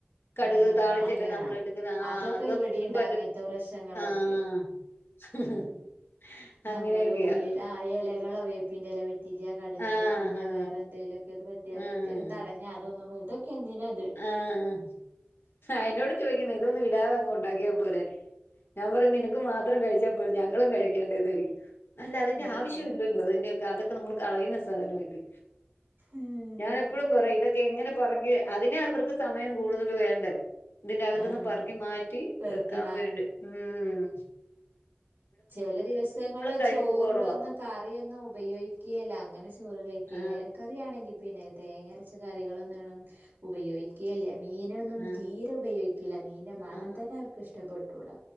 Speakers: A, on the left; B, on the right.
A: കട്ക്
B: ആഹ്
A: താളിച്ചല്ലെ
B: അങ്ങന
A: നമ്മള്എടുക്കുന്നേ ആഹ്
B: അതൊക്കെ
A: അതൊന്നുമ്പറ്റത്തി
B: ഇവിടെണ്ട് അങ്ങനത്തെ പ്രശ്നങ്ങളൊക്കെ
A: ആഹ് <unintelligible>
B: നമ്മള്
A: അങ്ങനെയൊക്കെയാ
B: ഉള്ളിലായെലകളോ വേപ്പിന്റെല വെറ്റില്യ കടക്
A: ആഹ്
B: പറ്റീല്ല വേറെ ന്തെലൊക്കെ ത് പറ്റിയാല്
A: ആഹ്
B: ന്തെലും തടഞ്ഞാ അതൊന്നു തൊക്കെന്തിനാ
A: ആഹ് അയ്നോട് ചോയ്ക്ക്ന്നെ ഇതൊന്നു ഇടാതങ്ങ് ണ്ടാക്കിയാ പോരെ ഞാമ്പറയും നിനക്ക് മാത്രം കഴിച്ചാപ്പോര ഞങ്ങളും കഴിക്കട്ടേന്ന് അല്ല അതിന്റെ
B: ഉം
A: ആവശ്യവില്ലല്ലോ അതിന്റെഒക്കെ അതൊക്കെ നമ്മള് കളയുന്ന സാധനവല്ലേ
B: ഉം
A: ഞാനെപ്പളുംമ്പറയും ഇതൊക്കെയെങ്ങനെ പറക്കി അതിനെയവർക്ക് സമയം കൂടുതല് വേണ്ടേ തിന്റകത്ത്ന്ന്
B: ആഹ്
A: പർക്കി മാറ്റി
B: പെറുക്കി
A: വെക്കാംവേണ്ട് മ്മ്
B: ചെലെ ദിവസങ്ങള്
A: കഴിപ്പ്
B: ചോറിലൊന്നും
A: കുറവാ
B: കറിയൊന്നും ഉപയോഗിക്കേല അങ്ങനെ ചോറ് കഴി
A: ആ
B: ഈയെലക്കറിയാണെങ്കി പിന്നെ തേങ്ങരച്ചകറികളൊന്നും വേണം ഉപയോഗിക്കേല്ല മീനൊന്നും
A: ആ
B: തീരെ ഉപയോഗിക്കില്ല മീന്റെ മണന്തന്നെ
A: ആ ആ
B: അവർക്കിഷ്ടപ്പെട്ടൂടാ